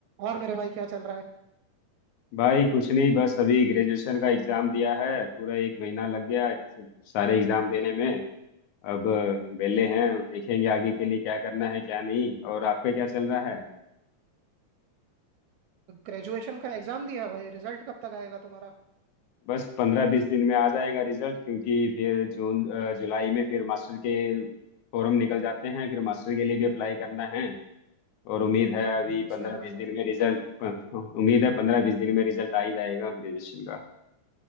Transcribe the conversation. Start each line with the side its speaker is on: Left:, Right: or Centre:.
Right: और मेरे भाई क्या चल रहा
Left: भाई कुछ नहीं बस अभी ग्रेजुएशन का एग्जाम दिया है पूरा एक महीना लग गया है सारे एग्जाम देने में अब वेले
Right: है
Left: हैं अब देखेंगे आगे के लिए क्या करना है क्या नहीं और आपका क्या चल रहा है
Right: ग्रेजुएशन का एग्जाम दिया भाई रिजल्ट कब तक आएगा तुम्हारा
Left: बस पंद्रह बीस दिन में आ जाएगा रिजल्ट क्योंकि फिर जून अ, जुलाई में फिर मास्टर के फॉर्म निकल जाते हैं फिर मास्टर के लिए भी अप्लाई करना है और उम्मीद है
Right: हम्म
Left: अभी
Right: हम्म,
Left: पंद्रह
Right: सही
Left: बीस
Right: बात है
Left: दिन में रिजल्ट उम्मीद है पंद्रह बीस दिन में रिजल्ट आ ही जाएगा ग्रेजुएशन का